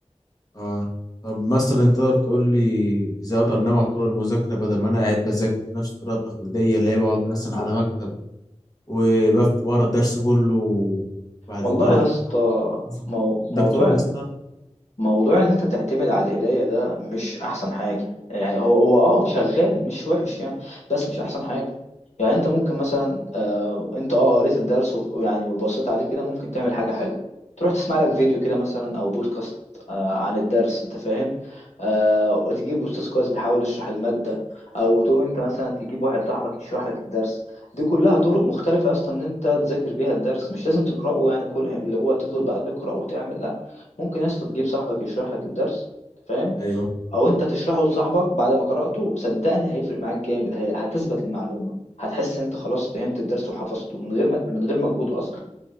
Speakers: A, on the left (about 30°); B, on the left (about 80°).
A: اه طب مثلا انت تقدر تقول لي ازاي اقدر انوع طرق المذاكرة بدل ما انا قاعد بذاكر نفس الطريقة التقليدية اللي هي بقعد مثلا على مكتب وبفت بقرا الدرس كله وبعد
B: والله
A: كده اروح
B: يا اسطى
A: أصلاً.
B: مو... موضوع
A: عندك طرق مثلا
B: موضوع ان انت تعتمد على القرايه ده مش احسن حاجه يعني هو هو اه شغال مش وحش يعني بس مش احسن حاجه يعني انت ممكن مثلا آه انت اه قريت الدرس وف- يعني وبصيت عليه كده ممكن تعمل حاجه حلوه تروح تسمع لك فيديو كده مثلا او بودكاست آه عن الدرس انت فاهم آه وتجيب استاذ كويس بيحاول يشرح الماده او تقوم انت مثلا تجيب واحد صاحبك يشرح لك الدرس دي كلها طرق مختلفه اصلا ان انت تذاكر بيها الدرس مش لازم تقراه يعني كل اللي هو تفضل بقى تقرا وتعمل لا ممكن يا اسطى تجيب صاحبك يشرح لك الدرس أنت فاهم
A: ايوه
B: او انت تشرحه لصاحبك بعد ما قرأته صدقني هيفرق معاك جامد هي- هتثبت المعلومة هتحس ان انت خلاص فهمت الدرس وحفظته من غير ما من غير مجهود اصلا